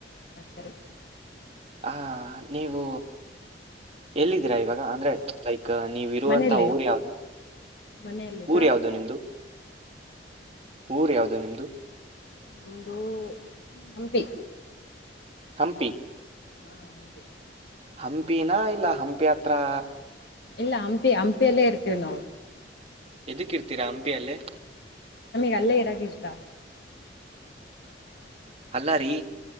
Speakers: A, on the left; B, on the right.
A: ಹಾ ಸರಿ.
B: ಹ ನೀವು. ಎಲ್ಲಿದ್ದೀರಾ ಇವಾಗ ಅಂದ್ರೆ ಲೈಕ್ ನೀವಿ ಇರುವಂತ
A: ಮನೇಲಿ
B: ಊರ್ ಯಾವ್ದದು
A: ಮನೆಯಲ್ಲಿ
B: ಊರ್ ಯಾವದು ನಿಮ್ದು. ಊರು ಯಾವು್ದದು ನಿಮದು.
A: ನಮದು ಹಂಪಿ.
B: ಹಂಪಿ.
A: ಹಾ ಹಾಗೌದು.
B: ಹಂಪಿನ ಇಲ್ಲ ಹಂಪಿ ಆತ ತ್ರಾ...
A: ಇಲ್ಲ ಹಂಪಿ ಹಂಪಿಯಲ್ಲೇ ಇರ್ತೇವಿ ನಾವು.
B: ಎದಕ್ಕಿರ್ತೀರಾ ಹಂಪಿಯಲ್ಲೇ.
A: ನಮಗ್ ಅಲ್ಲೇ ಇರಾಕ ಇಷ್ಟಾ
B: ಅಲ್ಲ ರೀ